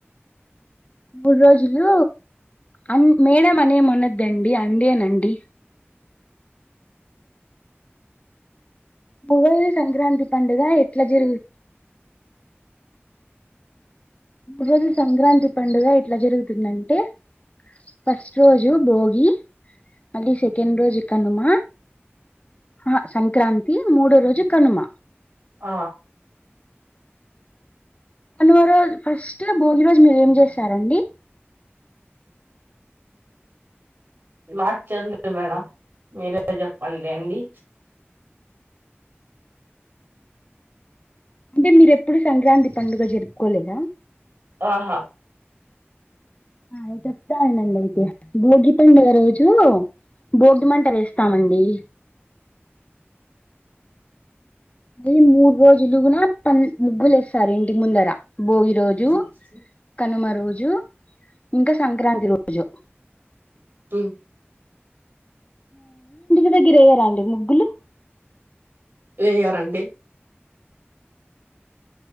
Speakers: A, on the left; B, on the right.
A: మూడు రోజులు అ మేడం అనే అనద్దండి అండినండి పువై సంక్రాంతి పండుగ ఎట్లా జరుగు ఈ రోజు సంక్రాంతి పండుగ ఇట్లా జరుగుతుందంటే ఫస్ట్ రోజు బోగి మళ్ళీ సెకండ్ రోజు కనుమ ఆ సంక్రాంతి మూడో రోజు కనుమ
B: ఆ
A: అనుమ రోజు ఫస్ట్ భోగి రోజు మీరు ఏం చేసారండి
B: మాట్ చదిలేదు మేడం మీరే చెప్పండి అండి
A: అంటే మీర ఎప్పుడు సంక్రాంతి పండుగ జరుపుకోలేదా
B: ఆహా
A: అయితేత్తా ఆనంద అయితే భోగి పండుగ రోజు బోగి మంటలు వేస్తామండి అళ మూడు రోజులుగున ప ముగ్గులు వేస్తారు ఇంటి ముందర భోగి రోజు
B: ఉమ్
A: కనుమ రోజు జూ ఇంకా సంక్రాంతి రొ అయో
B: పి
A: ద్గరెయ్యరా అండి ముగ్గులు
B: వేయరండి